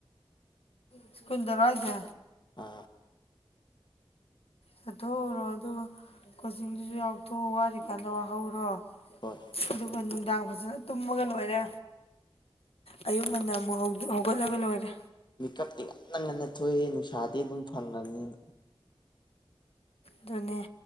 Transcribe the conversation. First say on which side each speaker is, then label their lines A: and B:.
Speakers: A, on the left; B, on the left.
A: ꯏꯁꯀꯨꯜ ꯗꯔꯣ ꯍꯥꯢꯖꯦ
B: ꯑꯥ
A: ꯆꯠꯊꯣꯛꯎꯔꯣ ꯑꯗꯨꯒ ꯀꯣꯆꯤꯡꯗꯨꯁꯨ ꯌꯥꯎꯊꯣꯛꯑꯣ ꯋꯥꯔꯤ ꯀꯥꯟꯗ ꯋꯥꯍꯧꯔꯣ
B: ꯍꯣꯏ
A: ꯑꯗꯨꯒ ꯅꯨꯡꯗꯥꯡ ꯐꯖꯅ ꯇꯨꯝꯃꯒ ꯂꯣꯏꯔꯦ ꯑꯌꯨꯛ ꯉꯟꯅ ꯑꯃꯨꯛ ꯍꯧ ꯍꯧꯒꯠ ꯂꯥꯒꯥ ꯂꯣꯏꯔꯦ
B: ꯃꯦꯀꯞꯇꯤ ꯉꯟꯅ ꯉꯟꯅ ꯊꯣꯛꯑꯦ ꯅꯨꯡꯁꯥꯗꯤ ꯑꯗꯨꯝ ꯐꯪꯉꯕꯅꯤꯅ
A: ꯑꯗꯨꯅꯦ